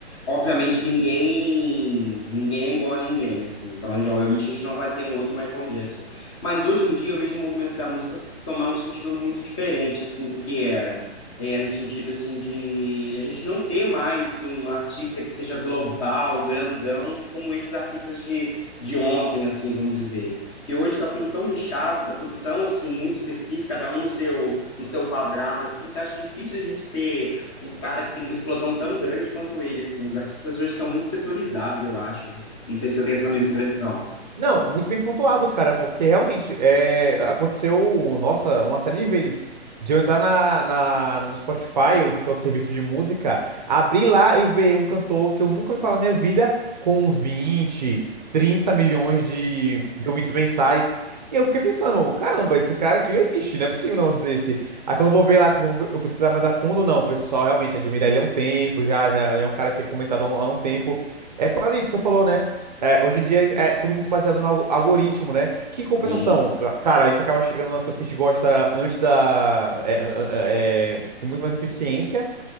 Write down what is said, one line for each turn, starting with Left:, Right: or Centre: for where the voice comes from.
Left: obviamente ninguém, ninguém é igual a ninguém, assim, então obviamente a gente não vai ter um outro Michael Jackson, mas hoje em dia eu vejo o movimento da música tomar um sentido muito diferente, assim, do que era, é, no sentido, assim, de a gente não ter mais um artista que seja global, grandão, como esses artistas de, de ontem, assim, vamos dizer, que hoje está tudo tão nichado, está tudo tão assim muito específico, cada um no seu no seu quadrado, assim, que acho difícil a gente ter um cara que tem uma explosão tão grande quanto ele, assim. Os artistas hoje são muito setorizados, eu acho. Não sei se você tem essa mesma impressão.
Right: Não, muito bem pontuado, cara, porque realmente é, aconteceu, nossa, uma série de vezes de eu entrar na, na- no Spotify ou em qualquer outro serviço de música, abrir lá e ver um cantor que eu nunca ouvi falar na minha vida com 20, 30 milhões de, de ouvintes mensais. E eu fiquei pensando, caramba, esse cara aqui não existe, não é possível um negócio desse. Aí quando eu vou ver lá, quando eu pesquisar mais a fundo, não, o pessoal realmente admira ele há um tempo, já, já é um cara que é comentado há um há um tempo. É por causa disso que você falou, né? É, hoje em dia é tudo muito baseado no algo- algoritmo, né? Que em compensação,
Left: Sim.
Right: ca- cara, a gente acaba chegando nas coisas que a gente gosta antes da. é, é, é, com muito mais eficiência,